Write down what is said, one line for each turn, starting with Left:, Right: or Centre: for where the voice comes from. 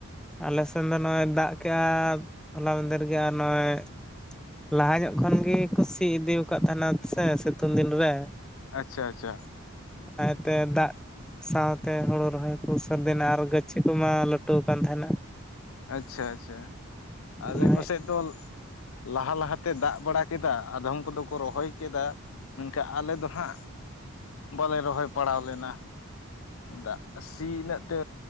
Centre: ᱟᱞᱮ ᱥᱮᱱ ᱫᱚ ᱱᱚᱜᱼᱚᱭ ᱫᱟᱜ ᱠᱮᱜᱼᱟ ᱦᱚᱞᱟ ᱢᱟᱸᱫᱮᱨ ᱜᱮᱼᱟ ᱱᱚᱜᱼᱚᱭ ᱞᱟᱦᱟ ᱧᱚᱜ ᱠᱷᱚᱱᱜᱮ ᱠᱩ ᱥᱤ ᱤᱫᱤᱣᱠᱟᱫ ᱛᱟᱦᱮᱱᱟ ᱥᱮ ᱥᱤᱛᱩᱝ ᱫᱤᱱ ᱨᱮ᱾
Left: ᱟᱪᱪᱷᱟ, ᱟᱪᱪᱷᱟ᱾
Centre: ᱚᱱᱟ ᱤᱭᱟᱹᱛᱮ ᱫᱟᱜ ᱥᱟᱶᱛᱮ ᱦᱩᱲᱩ ᱨᱮᱦᱚᱭ ᱠᱚ ᱥᱟᱹᱫᱱᱟ ᱟᱨ ᱜᱟᱹᱪᱷᱤ ᱠᱚᱢᱟ ᱞᱟᱹᱴᱩ ᱠᱟᱱ ᱛᱟᱦᱮᱱᱟ᱾
Left: ᱟᱪᱪᱷᱟ, ᱟᱪᱪᱷᱟ
Centre: ᱦᱩᱸ
Left: ᱟᱞᱮ ᱠᱚᱥᱮᱫ ᱫᱚ ᱞᱟᱦᱟ ᱞᱟᱦᱟᱛᱮ ᱫᱟᱜ ᱵᱟᱲᱟ ᱠᱮᱫᱟ ᱟᱫᱷᱚᱢ ᱠᱚᱫᱚ ᱠᱚ ᱨᱚᱦᱚᱭ ᱠᱮᱫᱟ᱾ ᱢᱮᱱᱠᱷᱟᱱ ᱟᱞᱮ ᱫᱚ ᱦᱟᱸᱜ ᱵᱟᱞᱮ ᱨᱚᱦᱚᱭ ᱯᱟᱲᱟᱣ ᱞᱮᱱᱟ᱾ ᱫᱟᱜ ᱥᱤ ᱤᱱᱟᱹᱜ ᱛᱮ